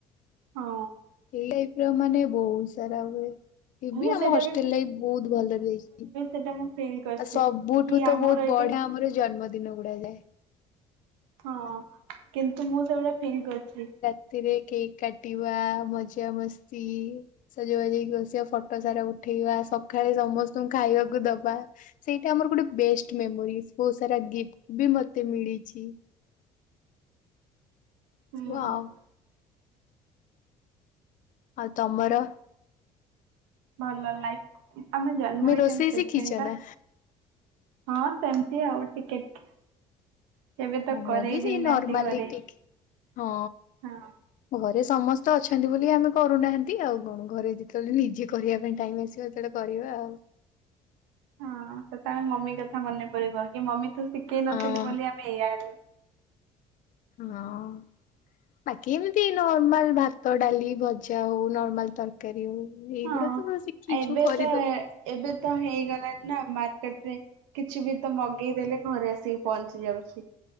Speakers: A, on the right; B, on the left.
A: ହଁ।
B: ଏଇ ଲାଇଫ୍ ର ମାନେ ବହୁ ସାରା ହୁଏ ଏ
A: ମୁଁ
B: ବି ଆମ
A: ସେଇଟା
B: ହଷ୍ଟେଲ୍ ଲାଇଫ୍ ବହୁତ୍ ଭଲରେ ଯାଇଛି।
A: ସେଡା ମୁଁ ଫିଲ୍ କରିଛି।
B: ଆଉ ସବୁଠୁ
A: କି
B: ତ
A: ଆମର
B: ବହୁତ୍
A: ଏଇଠି
B: ବଢିଆ ଆମର ଜନ୍ମଦିନ ଗୁଡା ଯାଏ।
A: ହଁ କିନ୍ତୁ ମୁଁ ସେଗୁରା ଫିଲ୍ କରିଚି।
B: ଥୀରେ କେକ୍ କାଟିିବା ମଜା ମସ୍ତି ସଜବାଜ ହେଇକି ବସିବା ଫଟୋ ସାରା ଉଠେଇବା ସକାଳେ ସମସ୍ତଙ୍କୁ ଖାଇବାକୁ ଦବା ସେଇଟା ଆମର ଗୋଟେ ବେଷ୍ଟ ମେମୋରିସ୍ ବହୁତ ସାରା ଗିଫ୍ଟ ବି ମତେ ମିଳିଛି।
A: ହୁଁ।
B: ସବୁ ଆଉ ଆଉ ତମର?
A: ଭଲ ଲାଇଫ୍। ତମେ ଜନ୍ମ ହେଇଛନ୍ତି
B: ରୋଷେଇ ଶିଖିଛ
A: ସେଇଥ ପାଇଁ ପା।
B: ନା?
A: ହଁ ସେମ୍ତି ଆଉ ଟିକେ ଟିକେ। କେବେ ତ
B: ମୁଁ
A: କରେଇ
B: ବି ସେଇ
A: ଦେଇନାହାନ୍ତି
B: ନର୍ମାଲିି
A: ଘରେ
B: ଟିକ୍ ହଁ।
A: ହଁ।
B: ଘରେ ସମସ୍ତେ ଅଛନ୍ତି ବୋଲି ଆମେ କରୁନାହାନ୍ତି ଆଉ କଣ ଘରେ ଯି ତେବେଳେ ନିଜେ କରିଆ ପାଇଁ ଟାଇମ୍ ଆସିବ ସେତେବେଳେ କରିବା ଆଉ।
A: ହଁ ସେତେବେଳେ ମମି କଥା ମନେ ପଡିବ କି ମମି ତୁ ଶିଖେଇ
B: ହଁ
A: ନଥିଲୁ ବୋଲି ଆମେ ଏଇଆ ହେଲୁ।
B: ହଁ। ବାକି ଏମିତି ନର୍ମାଲ ଭାତ ଡାଲି ଭଜା ହଉ ନର୍ମାଲ୍ ତର୍ କାରୀ ହଉ ଏଇଗୁଡା
A: ହଁ
B: ତ <unintelligible> ଶିଖିଛୁ
A: ଏବେ
B: କରିଦବୁ।
A: ତ ଏବେ ତ ହେଇଗଲାଣିି ନା ମାର୍କେଟରେ କିଛି ବି ତ ମଗେଇ ଦେଲେ ଘରେ ଆସିକି ପହଞ୍ଚି ଯାଉଛି।